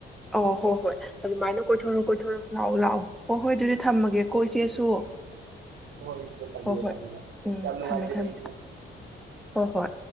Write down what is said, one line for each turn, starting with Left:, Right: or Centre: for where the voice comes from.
Centre: ꯑꯣ ꯍꯣ ꯍꯣꯏ ꯑꯗꯨꯃꯥꯏꯅ ꯀꯣꯏꯊꯣꯔꯛꯑꯣ ꯀꯣꯏꯊꯣꯔꯑꯣ ꯂꯥꯛꯑꯣ ꯂꯥꯛꯑꯣ ꯑꯣ ꯍꯣꯏ ꯑꯗꯨꯗꯤ ꯊꯝꯃꯒꯦ ꯀꯣ ꯏꯆꯦꯁꯨ
Right: ꯍ ꯏꯆꯦ ꯊꯕꯤꯌꯔ
Centre: ꯍꯣꯏ ꯍꯣꯏ
Right: ꯊꯌ ꯌꯥꯝ
Centre: ꯎꯝ
Right: ꯌꯥꯝ ꯅꯨꯡ
Centre: ꯊꯝꯃꯦ
Right: ꯃꯥꯥꯏꯖꯦꯅꯦꯦ
Centre: ꯊꯝꯃꯦ
Right: ꯏꯆꯦ
Centre: ꯍꯣꯏ ꯍꯣꯏ